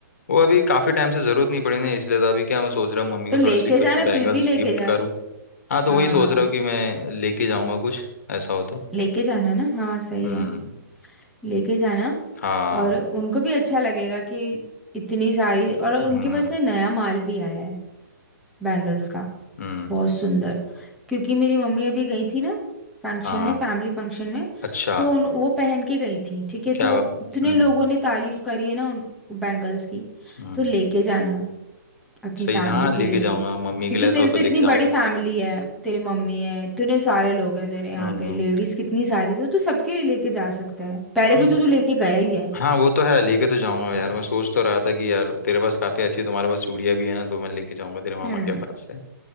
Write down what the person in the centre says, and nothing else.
तो
लेके
जाना
फिर भी लेके
जा
हाँ
लेके जाना ना हाँ सही
है लेके जाना
और उनको भी अच्छा लगेगा कि इतनी सारी और उनके
पास ना नया माल भी आया है बैंगल्स का
बहुत सुंदर क्योंकि मेरी मम्मी अभी गई थी ना फंक्शन
में फैमिली फंक्शन में
तो उन, वो पहन के गई थी ठीक है तो
इतने
लोगों ने तारीफ करी है ना उन बैंगल्स की
तो लेके जाना अपनी
फैमिली
के
लिए
भी
क्योंकि
तेरी
तो
इतनी
बड़ी फैमिली है तेरी मम्मी है इतने सारे लोग हैं तेरे यहाँ
पे लेडीज कितनी सारी तो तू सबके लिए लेके जा सकता है पहले भी
तो तू लेके गया ही है
हम्म